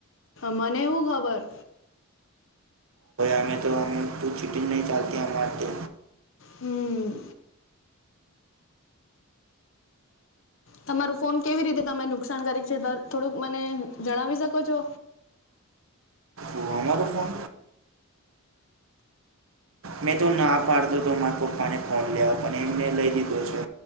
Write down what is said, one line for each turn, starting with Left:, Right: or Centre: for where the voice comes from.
Left: મને હું ખબર.
Right: હમે, તો હમે તો ચિટીગ ન ચાલતી અમાર તો.
Left: હમ. તમારું ફોન કેવી રીતે તમે નુકસાનકારક છે, થોડુંક મને જણાવી શકો છો.
Right: તો અમારો ફોન મેં તો ના પાડતો તો, મારા પપ્પાને ફોન લ્યા, પણ એમને લઈ દીધો છે.